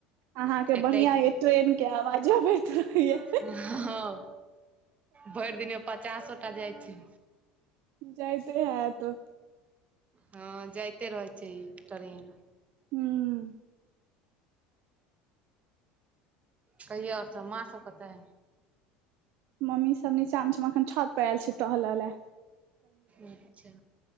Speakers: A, on the right; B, on the right.
A: अहाँके
B: एक
A: बढ़िया
B: तऽ
A: ये ट्रेन के आवाजो आबेैत रहये।
B: हँ भरि दिन पचासों टा जाइ छै।
A: जाइते हैत।
B: हँ जाइते रहै छिय ई ट्रेन।
A: हूं।
B: कहियौ आओर सभ माँ सभ कतऽ।
A: मम्मी सब नीचा में छै, हम एखन छत पर ऐल छी टहलऽ ले।
B: अच्छा,